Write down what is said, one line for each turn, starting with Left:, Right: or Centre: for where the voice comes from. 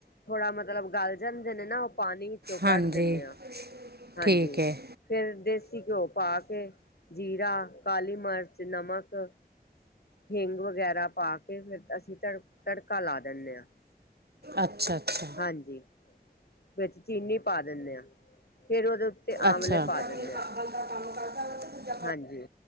Left: ਥੋੜਾ ਮਤਲਬ ਗਲ ਜਾਂਦੇ ਨੇ ਨਾ ਓ। ਪਾਣੀ ਵਿੱਚੋਂ
Right: ਹਾਂਜੀ
Left: ਕੱਢ ਦਿੰਨੇ ਆਂ, ਹਾਂਜੀ।
Right: ਠੀਕ ਹੈ
Left: ਫੇਰ ਦੇਸੀ ਘਿਓ ਪਾ ਕੇ, ਜੀਰਾ, ਕਾਲੀ ਮਰਚ, ਨਮਕ ਹਿੰਗ ਵਗੈਰਾ ਪਾ ਕੇ ਫੇਰ ਅਸੀਂ ਤੜ-ਤੜਕਾ ਲਾ ਦੇਨੇ ਆਂ।
Right: ਅੱਛਾ-ਅੱਛਾ!
Left: ਹਾਂਜੀ, ਵਿੱਚ ਚੀਨੀ ਪਾ ਦਿੰਨੇ ਆਂ ਫੇਰ ਓਦੇ ਉ ਤੇ
Right: ਅੱਛਾ
Left: ਆਮਲੇ ਪਾ ਦਿੰਨੇ ਆਂ।
Right: <inaudible>
Left: ਹਾਂਜੀ!